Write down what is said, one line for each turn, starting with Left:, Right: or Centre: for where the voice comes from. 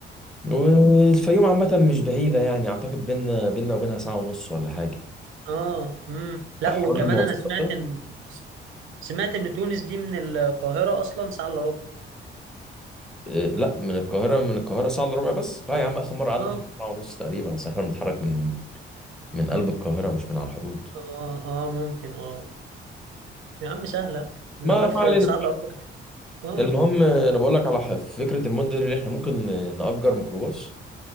Centre: والفيوم عامه مش بعيده يعني اعتقد بينا بينا وبينها ساعه ونص ولا حاجه
Right: اه امم لا
Centre: فحوار
Right: وكمان
Centre: المواصلات
Right: أنا سمعت إن سمعت إن تونس دي من القاهرة أصلا ساعة إلا ربع
Centre: إيه، لا من القاهرة من القاهرة ساعة إلا ربع بس لا يا عم آخر مرة قعدنا
Right: اه
Centre: حوالي ساعة ونص تقريبا أصل إحنا بنتحرك من من قلب القاهرة مش من على الحدود
Right: اه اه ممكن اه يا عم سهلة لو
Centre: ما
Right: جت
Centre: ما
Right: في
Centre: علينا
Right: سهلة أروح. اه
Centre: المهم آه، أنا بقول لك على ح- فكرة المدة اللي إحنا ممكن آه، نأجر ميكروباص